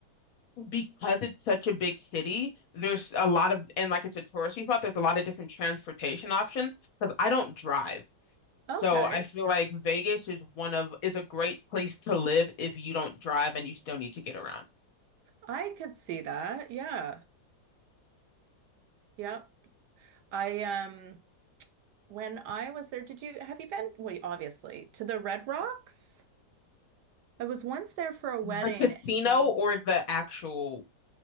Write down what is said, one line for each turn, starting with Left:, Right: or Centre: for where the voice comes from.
Left: because it's such a big city, there's a lot of, and like it's a touristy spot, there's a lot of different transportation options because I don't drive.
Right: Okay.
Left: So I feel like Vegas is one of, is a great place to live if you don't drive and you still need to get around.
Right: I could see that. Yeah. Yeah. I um when I was there, did you have you been? Well, obviously, to the Red Rocks? I was once there for a wedding
Left: The casino
Right: and we
Left: or the actual